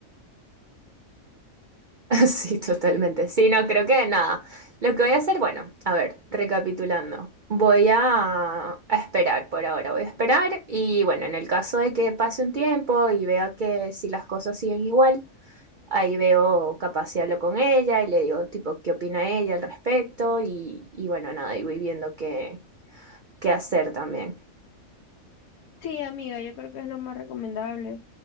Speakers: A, on the right (about 55°); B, on the left (about 80°).
A: <laughs> Sí, totalmente. Sí, no, creo que nada. Lo que voy a hacer, bueno, a ver, recapitulando. Voy a, a esperar por ahora, voy a esperar y bueno, en el caso de que pase un tiempo y vea que si las cosas siguen igual, ahí veo capaz si hablo con ella y le digo tipo qué opina ella al respecto y, y bueno, nada, y voy viendo qué, qué hacer también.
B: Sí, amiga, yo creo que es lo más recomendable.